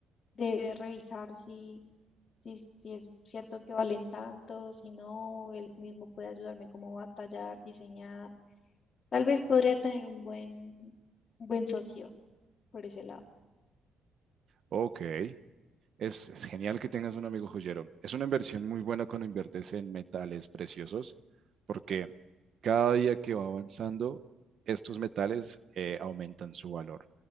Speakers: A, on the left (about 50°); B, on the right (about 55°).
A: de revisar si, si, si es cierto que valen tanto, si no, él mismo puede ayudarme como a tallar, diseñar. Tal vez podría tener un buen, un buen socio por ese lado.
B: Ok, Es, es genial que tengas un amigo joyero. Es una inversión muy buena cuando inviertes en metales preciosos, porque cada día que va avanzando, estos metales eh, aumentan su valor.